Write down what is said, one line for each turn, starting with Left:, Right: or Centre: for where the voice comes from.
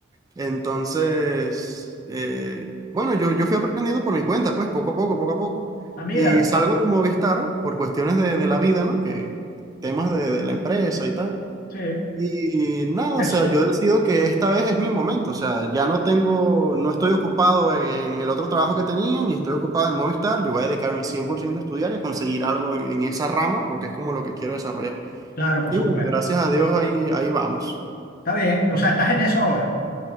Right: Entonces, eh, bueno, yo, yo fui aprendiendo por mi cuenta, pues poco a poco, poco a poco.
Left: Ah, mira,
Right: Y salgo de Movistar por cuestiones de, de la vida, ¿no? Que temas de, de la empresa y tal.
Left: sí.
Right: Y nada,
Left: Eso
Right: o sea, yo decido que esta vez es mi momento, o sea, ya no tengo, no estoy ocupado en el otro trabajo que tenía, ni estoy ocupado en Movistar, yo voy a dedicarme 100% a estudiar y a conseguir algo en, en esa rama porque es como lo que quiero desarrollar.
Left: Claro, por
Right: Y
Left: supuesto.
Right: bueno, gracias a Dios ahí, ahí vamos.
Left: Está bien. O sea, estás en eso ahora.